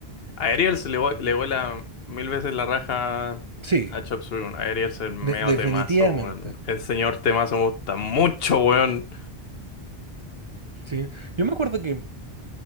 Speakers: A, on the left; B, on the right.
A: A Ariel se le, vu- le vuela mil veces la raja
B: sí,
A: a Chop Suey, weón. A Ariel es el medio
B: de- definitivamente.
A: temazo, weón. El señor temazo me gusta mucho, weón.
B: Sí. Yo me acuerdo que